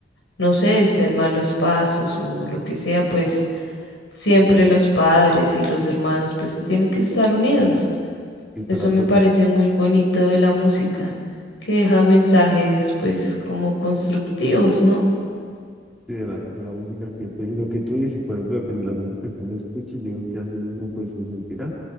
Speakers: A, on the left; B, in the centre.
A: no sé, esté en malos pasos o lo que sea, pues siempre los padres y los hermanos pues tienen que estar unidos.
B: quizá
A: Eso
B: la apoyar
A: me parece muy bonito de la música, que deja mensajes pues como constructivos, ¿no?
B: sí, de la, de la música que, pues, lo que tú dices, por ejemplo, depende de la música que uno escuche, yo creo que así mismo pues se sentirá.